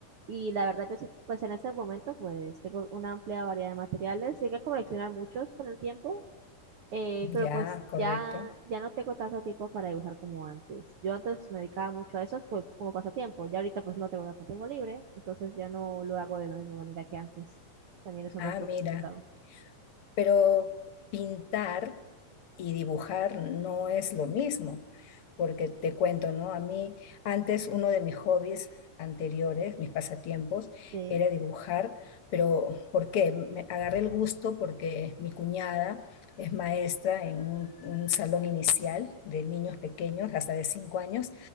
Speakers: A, on the right (about 80°); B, on the left (about 60°).
A: Y la verdad que sí, pues en este momento pues tengo una amplia variedad de materiales. Llegué a coleccionar muchos con el tiempo Eh, pero
B: Ya,
A: pues
B: correcto.
A: ya, ya no tengo tanto tiempo para dibujar como antes. Yo antes me dedicaba mucho a eso, pues como pasatiempo. Ya ahorita pues no tengo tanto tiempo libre, entonces ya no lo hago de la misma manera que antes. También eso es
B: Ah,
A: algo un poco
B: mira.
A: complicado.
B: pero pintar y dibujar no es lo mismo, porque te cuento, ¿no? A mí antes uno de mis hobbies anteriores, mis pasatiempos,
A: Sí,
B: era dibujar, pero ¿por qué? Me agarré el gusto porque mi cuñada es maestra en un, un salón inicial de niños pequeños, hasta de 5 años,